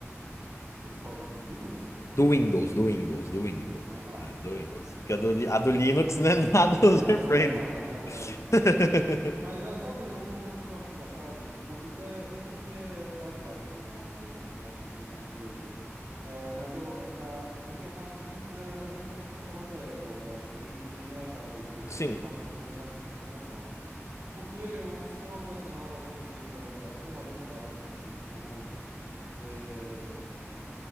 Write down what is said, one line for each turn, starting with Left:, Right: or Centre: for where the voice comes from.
Right: Você fala do, do Linux, a interface
Left: Do Windows,
Right: do Linux, eu
Left: do
Right: não
Left: Windows,
Right: sei. do
Left: do Windows.
Right: Windows, né? Ah,
Left: É,
Right: sim,
Left: do
Right: perdão,
Left: Windows.
Right: acabei
Left: Porque
Right: me perdendo
Left: a do, Li-
Right: um pouquinho.
Left: a do Linux <laughs> não é nada <laughs> user-friendly.
Right: É, não é, não é, não
Left: <laughs>
Right: é. Mas é, sabe, uma coisa que eu acho engraçada, tipo, e é, é porque é baseada, né, na, na, na tecnologia. É, mas eu, a, a interface do Linux, ela, ela é muito parecida com a interface da Apple, né? Eu acho bem, bem engraçado isso, que eu
Left: Sim,
Right: sempre faço essa, associa essa associação. Porque o sistema operacional, basicamente, ali da, da Apple, ele roda com base em Linux, né? Então, é,